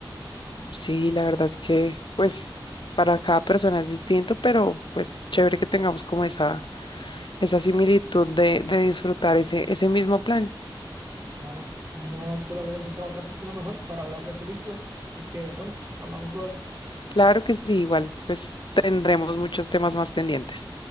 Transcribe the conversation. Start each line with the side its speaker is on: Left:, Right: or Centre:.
Left: Sí, la verdad es que, pues, para cada persona es distinto, pero pues chévere que tengamos como esa esa similitud de, de disfrutar ese, ese mismo plan.
Right: Bueno, no puedo haber encontrado otra persona mejor para hablar de películas, así que bueno, nos hablamos luego.
Left: Claro que sí, igual, pues tendremos muchos temas más pendientes.